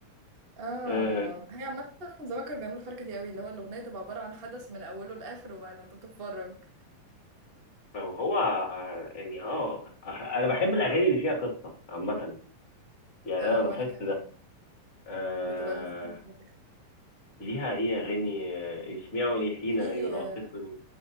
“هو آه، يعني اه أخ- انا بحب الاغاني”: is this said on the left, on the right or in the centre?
Left